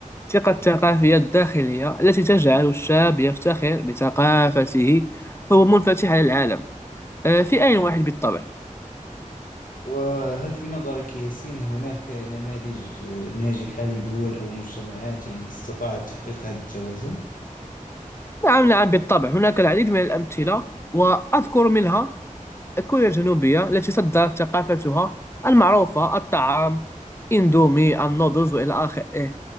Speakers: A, on the left (about 20°); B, on the left (about 80°).
A: ثقة الثقافية الداخلية التي تجعل الشاب يفتخر بثقافته وهو منفتح على العالم آه، في آن واحد بالطبع
B: وهل في نظرك ياسين هناك نماذج آه، ناجحة لدول أو مجتمعات يعني استطاعت تحقيق هذا التوازن؟
A: نعم نعم بالطبع هناك العديد من الأمثلة وأذكر منها كوريا الجنوبية التي صدرت ثقافتها المعروفة الطعام إندومي النودلز وإلى آخره